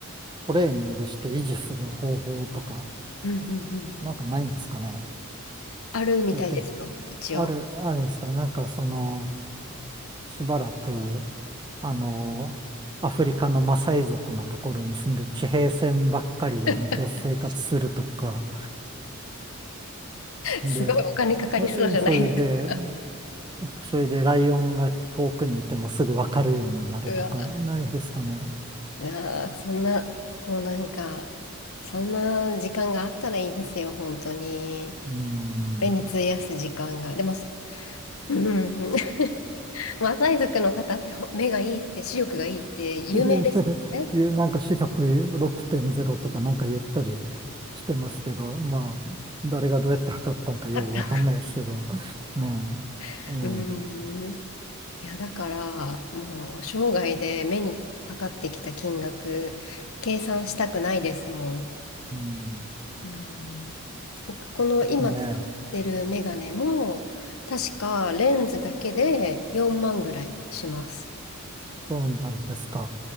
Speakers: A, on the right (about 20°); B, on the left (about 70°).
A: トレーニングして維持する方法とか、
B: うんうん。
A: なんかないんですかね。
B: あるみたいですよ、
A: とか言って、
B: 一応。
A: ある、あるんですか。なんか、その、しばらく、あの、アフリカのマサイ族のところに住んで地平線ばっかりを見て生活するとか、
B: <laughs>
A: で、
B: すごいお金かかりそうじゃないですか。
A: それで、それでライオンが遠くにいてもすぐわかるようになるとか、
B: うわ
A: ないですかね。
B: いやー、そんな、もうなんか、そんな時間があったらいいですよ、本当に。
A: うん。
B: 目に費やす時間が。でも、そうんん、<laughs> マサイ族の方ってほ目がいいって、視力がいいって有名ですもんね。
A: でそれいう、なんか視力6.0とかなんか言ったりしてますけど、まあ、誰がどうやって測ったのかようわかんないですけど、
B: あった。
A: ねえ、
B: <laughs>
A: ええ、
B: うん。いや、だから、もう、生涯で目にかかってきた金額、計算したくないですもん。
A: うん、
B: うんなんかこの今使ってるメガネも、
A: ねえ。
B: 確かレンズだけで4万ぐらいします。
A: そうなんですか。